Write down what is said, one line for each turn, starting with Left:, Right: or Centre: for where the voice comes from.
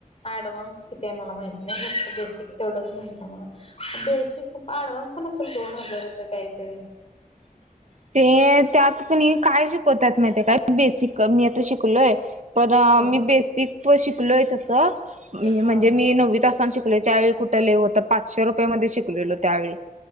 Left: ॲडव्हान्स किती आहे मला माहीत नाही... बेसिक तेवढच माहिती आहे मला. प ॲडव्हान्स पण असेल, दोन हजार रुपये काहीतरी..
Right: <inaudible> ते त्यात कोणी काय शिकवतात. माहिती काय बेसिक मी आता शिकलेय. पण
Left: हा
Right: मी बेसिक शिकलेय तसं, म्हणजे
Left: हा
Right: मी नववी असताना शिकलेय. त्यावेळी कुठे? लय होत पाचशे रुपये मध्ये शिकलेले त्यावेळी...